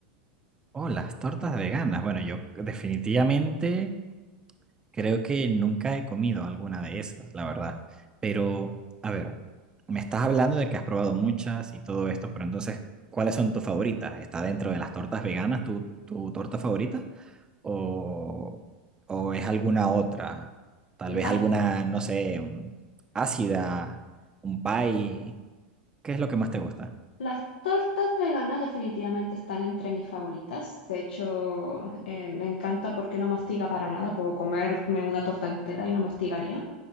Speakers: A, on the right; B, on the left.
A: Oh, las tortas veganas. Bueno, yo definitivamente creo que nunca he comido alguna de esas, la verdad. Pero, a ver, me estás hablando de que has probado muchas y todo esto, pero entonces, ¿cuáles son tus favoritas? ¿Está dentro de las tortas veganas tu, tu torta favorita? ¿O, o es alguna otra? Tal
B: Las,
A: vez alguna, no sé, ácida, un pie. ¿Qué es lo que más te gusta?
B: las tortas veganas definitivamente están entre mis favoritas. De hecho, eh, me encanta porque no me hostiga para nada. Puedo comerme una torta entera y no me hostigaría.